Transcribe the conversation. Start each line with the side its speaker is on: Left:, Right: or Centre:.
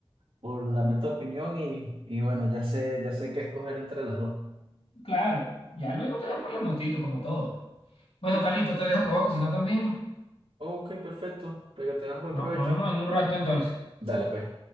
Right: por darme tu opinión y, y bueno, ya sé, ya sé qué escoger entre las dos.
Left: claro, ya luego te vas por la motito, como todo. Bueno,
Right: Sí.
Left: Carlito, te dejo que voy a cocinar también.
Right: Ok, perfecto. Pero que tengas buen
Left: No,
Right: provecho.
Left: nos vemos en un rato entonces.
Right: Dale, pues.